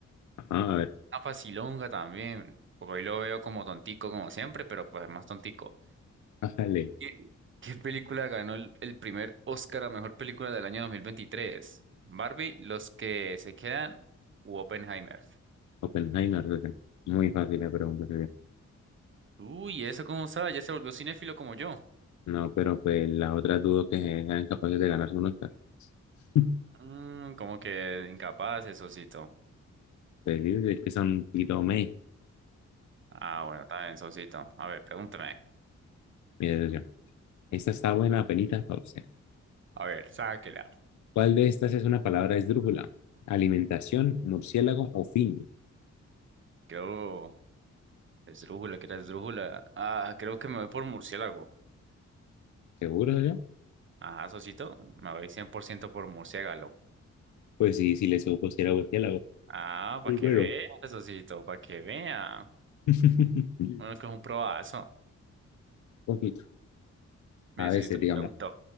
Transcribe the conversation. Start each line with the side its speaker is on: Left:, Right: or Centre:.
Left: Ajá, a ver,
Right: Una facilonga también, porque hoy lo veo como tontico como siempre, pero pues más tontico.
Left: bájale.
Right: ¿Qué, qué película ganó el, el primer Oscar a mejor película del año 2023? ¿Barbie, Los que se quedan u Oppenheimer?
Left: Oppenheimer, socio. Muy fácil la pregunta,
Right: Uy, ¿eso cómo sabe? Ya se volvió cinéfilo como yo.
Left: No, pero pues las otras dudo que sean capaces de ganarse un Oscar. <laughs>
Right: Mm, como que incapaz, eh, Sosito.
Left: Perdidos es que son un poquito meh,
Right: Ah, bueno, también, Sosito. A ver, pregúntame.
Left: mi decepción. Esta está buena, penita para usted.
Right: A ver, sáquela.
Left: ¿Cuál de estas es una palabra esdrújula? ¿Alimentación, murciélago o fin?
Right: Creo... Esdrújula, ¿qué era esdrújula? Ah, creo que me voy por murciélago.
Left: ¿Seguro yo?
Right: Ajá, Sosito, me voy 100% por ciento por murciélago.
Left: Pues sí, si le supo si era murciélago.
Right: Ah,
Left: Primero.
Right: para que vea, Sosito, para que vea.
Left: Un
Right: Uno que es un probazo.
Left: <laughs> poquito. A
Right: Mire,
Left: veces,
Right: Sosito, le
Left: digamos.
Right: pregunto.